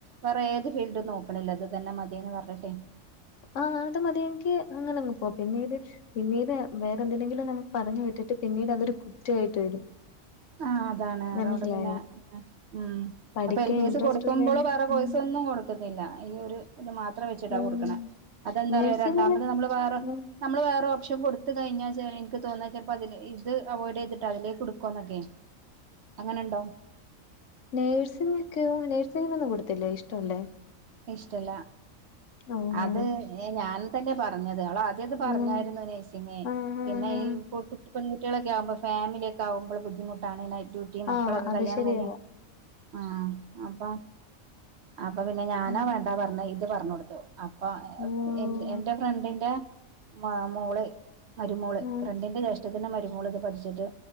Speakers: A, on the right; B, on the left.
A: വേറെ ഏത് ഫീൽഡും നോക്കണില്ല ത് തന്നെ മതിന്ന് പർഞ്ഞിട്ടെ.
B: ആഹ് അത് മതിയെങ്കി അങ്ങനങ്ങ് പോവാ പിന്നീട് പിന്നീട വേറെന്തിനെങ്കിലും നമ്മള് പറഞ്ഞു വിട്ടിട്ട് പിന്നീടതൊരു കുറ്റവായ്ട്ട് വരും.
A: ആഹ് അതാണ് അതോണ്ട്
B: മനസ്സിലായോ
A: പിന്നെ ഉം
B: പഠിക്കാൻ
A: അപ്പൊ എൽ പി
B: ഇൻട്രസ്റ്റ്
A: എസ് കൊടുക്കുമ്പള്
B: ഉള്ളേന്
A: വേറെ കോഴ്സൊന്നും
B: ഉം
A: കൊടു കൊടുക്കുന്നില്ല ഈ ഒരു ഇത് മാത്രം വെച്ചിട്ടാ
B: ഉം
A: കൊടുക്കണ അതെന്താ
B: നേഴ്സിങ്ങില്
A: പറയോ രണ്ടാമത് നമ്മള് വേറെ
B: ഉം
A: നമ്മള് വേറെ ഓപ്ഷൻ കൊടുത്ത് കഴിഞ്ഞാ ചെ ഇൻക്ക് തോന്ന ചെൽപ്പതില് ഇത് അവോയിഡെയ്തിട്ട് അതിലേക്ക്ട്ക്കോന്നക്കയ്. അങ്ങനെണ്ടോ?
B: നേഴ്സിങ്ങ ഒക്കെയോ നേഴ്സിങ്ങിനൊന്നും കൊടുത്തില്ലേ ഇഷ്ടം അല്ലേ?
A: ഇഷ്ടല്ല
B: ഓഹ്
A: അത് ഞാൻ തന്നെ പറഞ്ഞത് അവള് എത് പറഞ്ഞാലും
B: ഉം
A: ഇന്ന് നൈസിങ്ങ്
B: ആഹ്
A: പിന്നെ
B: ആഹ് ആഹ്
A: ഈ പൊ പെൺകുട്ടികളൊക്കെ ആവുമ്പോ ഫമിലിയൊക്കെആവുമ്പളൾ ബുദ്ധിമുട്ടാണ് നൈറ്റ്‌ ഡ്യൂ ഈ മക്കളൊക്കെ
B: ആഹ് അത്
A: കല്യാണം
B: ശരിയാ
A: കയ്ഞ്ഞെ ആഹ് അപ്പ അപ്പൊ പിന്നെ ഞാനാ
B: ഉം
A: വേണ്ട പർഞ്ഞ ഇത് പർഞ്ഞൊട്ത്തു അപ്പൊ
B: ഉം
A: എന്റെ എന്റെ ഫ്രണ്ടിന്റെ മോള് മരുമോള്
B: ഉം
A: ഫ്രണ്ടിന്റെ ജേഷ റ്റത്‌ന്റെ മര്മോള് ത് പഠിച്ചിട്ട്